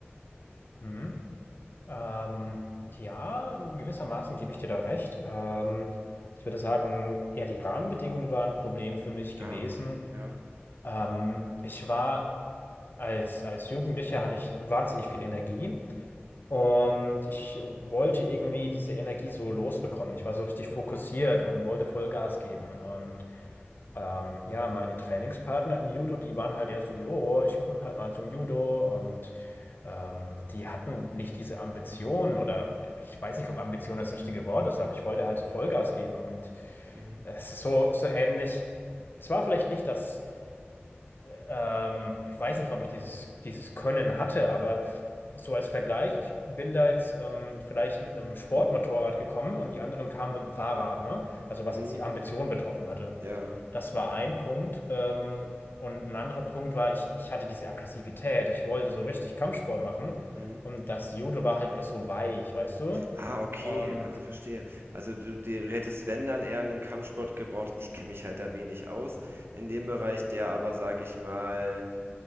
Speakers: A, on the left (about 50°); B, on the right (about 65°).
A: Mhm. Ähm, ja, gewissermaßen gebe ich dir da recht. Ähm, ich würde sagen, ja, die Rahmenbedingungen waren ein Problem für mich gewesen.
B: Ah, okay. Ja.
A: Ähm, ich war als, als Jugendlicher hatte ich wahnsinnig viel Energie und ich wollte irgendwie diese Energie so losbekommen. Ich war so richtig fokussiert und wollte Vollgas geben und Ähm, ja, meine Trainingspartner im Judo, die waren halt eher so, jo, ich komme halt mal zum Judo und ähm, die hatten nicht diese Ambition oder ja, ich weiß nicht, ob Ambition das richtige Wort ist, aber ich wollte halt so Vollgas geben und
B: Mhm.
A: es ist so, so ähnlich. Es war vielleicht nicht das, äh, ähm, ich weiß nicht, ob ich dieses, dieses Können hatte, aber so als Vergleich, ich bin da jetzt ähm, vielleicht mit einem Sportmotorrad gekommen und die anderen kamen mit dem Fahrrad, ne? Also was
B: Mhm.
A: jetzt die Ambition betroffen hatte.
B: Ja.
A: Das
B: ja.
A: war ein Punkt. Ähm, und ein anderer Punkt war, ich, ich hatte diese Aggressivität. Ich wollte
B: Mhm.
A: so richtig Kampfsport machen.
B: Mhm.
A: Und das Judo war halt eher so weich, weißt du?
B: Ah, okay.
A: Und
B: Ah, verstehe. Also du, dir- du hättest, wenn, dann eher einen Kampfsport gebraucht. Ich kenne mich halt da wenig aus in dem Bereich, der aber, sage ich mal,